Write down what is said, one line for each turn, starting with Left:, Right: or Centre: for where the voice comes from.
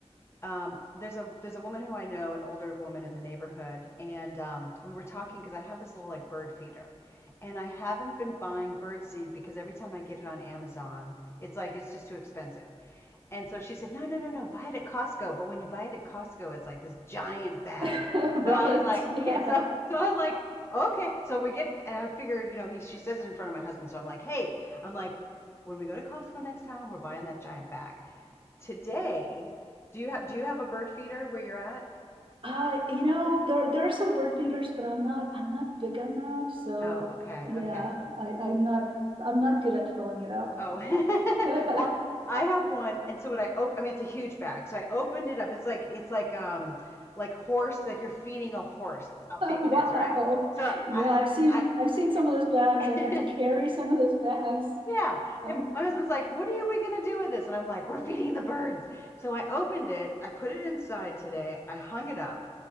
Left: um, there's a there's a woman who I know, an older woman in the neighborhood, and um, we were talking because I have this little like bird feeder, and I haven't been buying bird seed because every time I get it on Amazon, it's like it's just too expensive. And so she said, no, no, no, no, buy it at Costco. But when you buy it at Costco, it's like this giant bag.
Right: <laughs> Right.
Left: So I was like,
Right: Yeah.
Left: <laughs> yeah. So, so I was like, okay. So we get, and I figured, you know, he, she says it in front of my husband. So I'm like, hey, I'm like, when we go to Costco next time, we're buying that giant bag. Today, do you have, do you have a bird feeder where you're at?
Right: Uh, you know, there there are some bird feeders, but I'm not I'm not big on that. So
Left: Oh, okay.
Right: yeah,
Left: Okay.
Right: I, I'm
Left: Well,
Right: not I'm not good at filling it up.
Left: Oh,
Right: <laughs>
Left: <laughs> well, I have one, and so what I op I mean, it's a huge bag. So I opened it up. It's like it's like um like horse, like you're feeding a horse. That's how big
Right: Wow.
Left: it is, right? So
Right: Yeah,
Left: I
Right: I've seen
Left: I
Right: I've seen some of those bags.
Left: <laughs>
Right: I've
Left: yeah.
Right: had to carry some of those bags.
Left: Yeah.
Right: Um,
Left: And my husband's like, "What are you- we going to do with this?" And I'm like, "We're feeding the birds." So I opened it, I put it inside today, I hung it up,